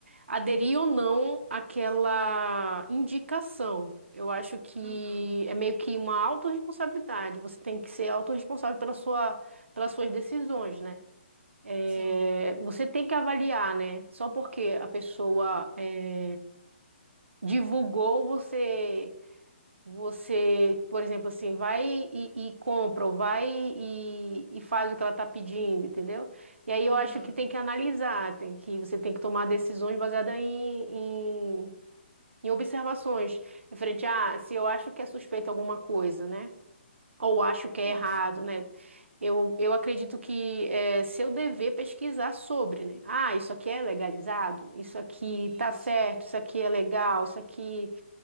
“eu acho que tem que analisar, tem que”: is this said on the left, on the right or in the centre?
Right